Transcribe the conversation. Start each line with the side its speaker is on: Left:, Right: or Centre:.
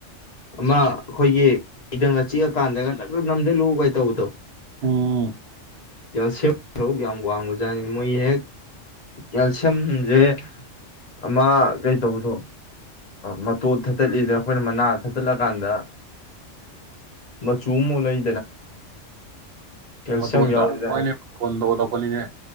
Left: ꯑꯃ ꯑꯩꯈꯣꯏꯒꯤ ꯀꯗꯪꯒ ꯆꯤꯛꯑꯀꯥꯟꯗꯒ ꯅꯝꯗ ꯂꯨ ꯇꯧꯕꯗꯣ
Right: ꯎꯝ
Left: ꯀꯦꯜꯁꯤꯌꯝ ꯁꯔꯨꯛ ꯌꯥꯝ ꯋꯥꯡꯕꯖꯥꯠꯅꯤ ꯃꯣꯏ ꯍꯦꯛ ꯀꯦꯜꯁꯤꯌꯝꯝ ꯑ ꯀ ꯑꯗꯣ ꯃꯇꯣꯠ ꯊꯥꯠꯇꯠꯂꯤꯗꯅ ꯑꯩꯈꯣꯏꯅ ꯃꯅꯥ ꯊꯥꯠꯇꯠꯂꯀꯥꯟꯗ ꯃꯆꯨ ꯃꯨꯛ ꯂꯩ ꯀꯦꯜꯁꯤꯌꯝ
Right: ꯃꯇꯣꯟꯗ
Left: ꯌꯥꯎꯕꯖꯥꯠꯅꯤ
Right: ꯍꯣꯏꯅꯦ ꯃꯇꯣꯟꯗ ꯑꯣꯜꯂꯛꯄꯅꯤꯅꯦ